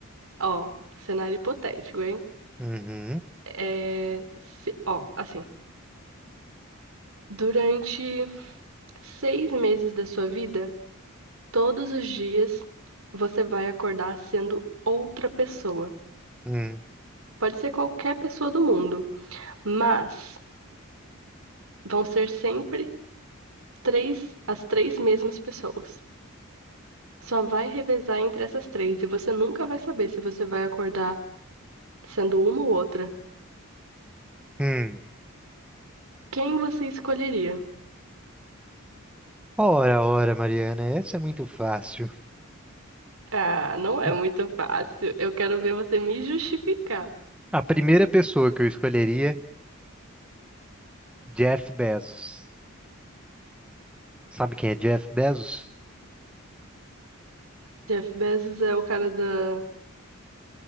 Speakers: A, on the right; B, in the centre.
A: Ó, cenário hipotético, hein?
B: uhum,
A: É. se- Ó, assim. Durante seis meses da sua vida, todos os dias, você vai acordar sendo outra pessoa.
B: hum,
A: Pode ser qualquer pessoa do mundo, mas vão ser sempre três, as três mesmas pessoas. Só vai revezar entre essas três e você nunca vai saber se você vai acordar sendo uma ou outra.
B: hum.
A: Quem você escolheria?
B: Ora, ora, Mariana, essa é muito fácil.
A: Ah, não é
B: A
A: muito fácil. Eu quero ver você me justificar.
B: a primeira pessoa que eu escolheria, Jeff Bezos. Sabe quem é Jeff Bezos?
A: Jeff Bezos é o cara da